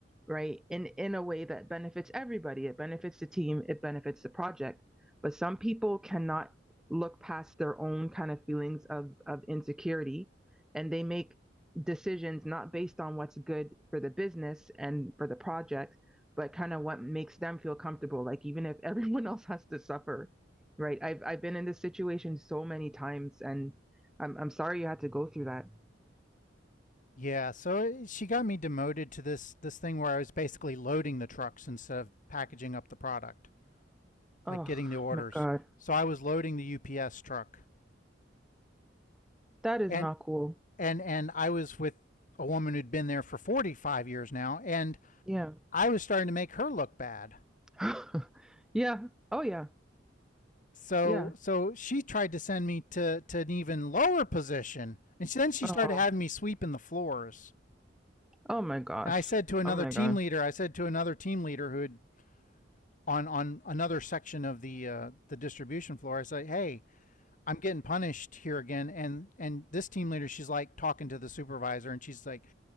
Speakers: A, in the centre; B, on the left.
A: right? In in a way that benefits everybody. It benefits the team, it benefits the project. But some people cannot look past their own kind of feelings of of insecurity and they make decisions not based on what's good for the business and for the project, but kind of what makes them feel comfortable. Like even if everyone <laughs> else has to suffer, Right. I've I've been in this situation so many times and I'm I'm sorry you had to go through that.
B: Yeah, so she got me demoted to this this thing where I was basically loading the trucks instead of packaging up the product, like
A: Oh
B: getting the orders.
A: my God.
B: So I was loading the UPS truck.
A: That is
B: And
A: not cool.
B: and and I was with a woman who'd been there for 45 years now and
A: Yeah.
B: I was starting to make her look bad.
A: <laughs> Yeah. Oh yeah.
B: So
A: Yeah.
B: so she tried to send me to to an even lower position and she, then she
A: Oh.
B: started having me sweeping the floors.
A: Oh my gosh.
B: And I said to another
A: Oh my
B: team
A: God.
B: leader, I said to another team leader who had on on another section of the uh, the distribution floor, I said, "Hey, I'm getting punished here again." And and this team leader, she's like talking to the supervisor, and she's like,